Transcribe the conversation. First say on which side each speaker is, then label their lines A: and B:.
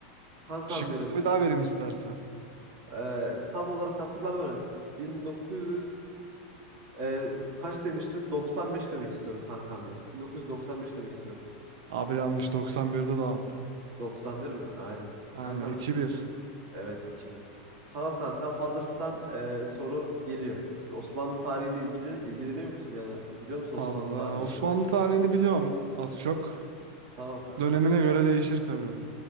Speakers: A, on the right (about 50°); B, on the right (about 70°).
A: Kankam
B: Şıkları
A: benim
B: bir daha vereyim istersen.
A: e, tam olarak hatırlamıyorum. 1900 e, kaç demiştin? 95 demek istiyorum kankam ya. 1995 demek istiyorum.
B: Abi yanlış 91'de de aldı.
A: doksan bir mi? Aynen.
B: Aynen
A: Kankam
B: 2-1.
A: Evet iki bir. Tamam kankam hazırsan e, soru geliyor. Osmanlı tarihiyle ilgili, ilgileniyor musun yani? Biliyor musun Osmanlı
B: Allah.
A: tarihini
B: Osmanlı
A: biraz?
B: tarihini biliyorum az çok.
A: Tamam kankam.
B: Dönemine göre değişir tabii.